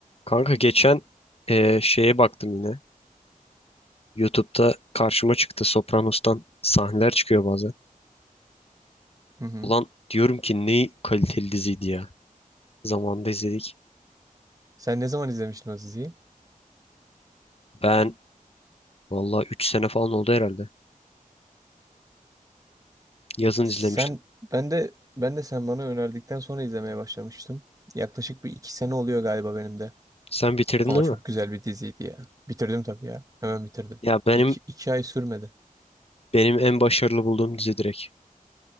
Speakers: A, on the left; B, on the right.
A: Kanka geçen eee, şeye baktım yine. YouTube'da karşıma çıktı. Sopranos'tan sahneler çıkıyor bazen.
B: Hı hı.
A: Ulan diyorum ki ne kaliteli diziydi ya. Zamanında izledik.
B: Sen ne zaman izlemiştin o diziyi?
A: Ben valla 3 sene falan oldu herhalde. Yazın
B: Sen
A: izlemiştim.
B: ben de ben de sen bana önerdikten sonra izlemeye başlamıştım. Yaklaşık bir iki sene oluyor galiba benim de.
A: Sen bitirdin
B: Ama
A: değil
B: çok
A: mi?
B: güzel bir diziydi ya. Bitirdim tabii ya. Hemen bitirdim.
A: Ya benim
B: İki, iki ay sürmedi.
A: benim en başarılı bulduğum dizi direkt.